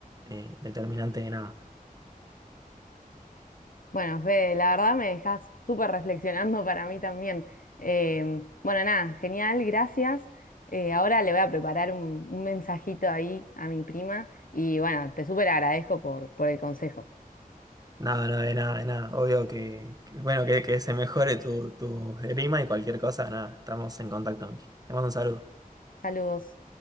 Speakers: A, on the right; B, on the left.
A: eh, determinante de nada.
B: Bueno, Fede, la verdad me dejas súper reflexionando para mí también. Eh, bueno, nada, genial, gracias. Eh, ahora le voy a preparar un, un mensajito ahí a mi prima y bueno, te súper agradezco por, por el consejo.
A: No, no, de nada, de nada. Obvio que, que- bueno, que, que se mejore tu, tu rima y cualquier cosa, nada. Estamos en contacto, Miki. Te mando un saludo.
B: Saludos.